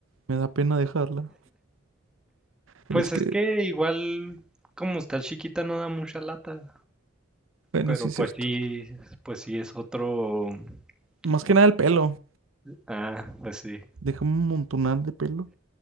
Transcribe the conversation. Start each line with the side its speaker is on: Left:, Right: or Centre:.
Right: Me da pena dejarla.
Centre: pues
Right: Pero es que,
Centre: es que igual, como está chiquita no da mucha lata,
Right: bueno,
Centre: pero
Right: sí es
Centre: pues
Right: cierto.
Centre: sí, pues sí es otro...
Right: Más que
Centre: No-
Right: nada el pelo.
Centre: Ah, pues sí.
Right: Deja un montonal de pelo.